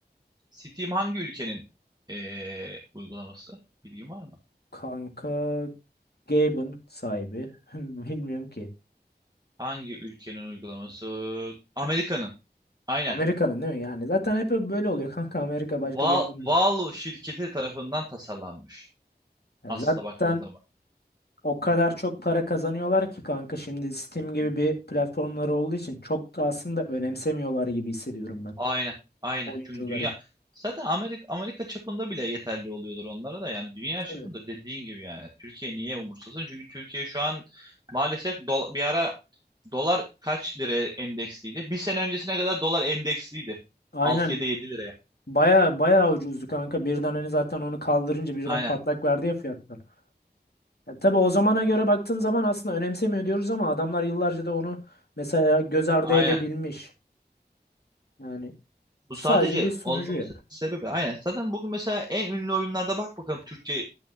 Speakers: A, on the right (about 25°); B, on the left (about 70°).
A: Steam hangi ülkenin eee, uygulaması? Bilgin var mı?
B: kanka Gabe'ın sahibi <laughs> bilmiyorum ki.
A: Hangi ülkenin uygulaması? Amerika'nın. Aynen.
B: Amerika'nın değil mi yani? Zaten hep böyle oluyor kanka Amerika
A: Val
B: başka bir yer olmuyor.
A: Valve şirketi tarafından tasarlanmış.
B: Yani
A: Aslında
B: zaten
A: baktığın zaman.
B: O kadar çok para kazanıyorlar ki kanka şimdi Steam gibi
A: Hı hı.
B: bir platformları olduğu için çok da aslında önemsemiyorlar gibi hissediyorum ben
A: Aynen. Aynen.
B: oyuncuları.
A: Çünkü dünya zaten Amerika Amerika çapında bile yeterli oluyordur onlara da yani dünya
B: Tabii.
A: çapında dediğin gibi yani Türkiye niye umursasın? Çünkü Türkiye şu an maalesef dola- bir ara dolar kaç lira endeksliydi? Bir sene öncesine kadar dolar endeksliydi. 6
B: Aynen
A: ya da 7 liraya.
B: baya baya ucuzdu kanka birden hani zaten onu kaldırınca birden
A: Aynen.
B: patlak verdi ya fiyatlar. Ya tabii o zamana göre baktığın zaman aslında önemsemiyor diyoruz ama adamlar yıllarca da onu mesela göz ardı
A: Aynen.
B: edebilmiş. Yani
A: Bu
B: sadece
A: sadece
B: bir sunucu
A: olmaması
B: ya.
A: sebebi. Aynen. Zaten bugün mesela en ünlü oyunlarda bak bakalım Türkçe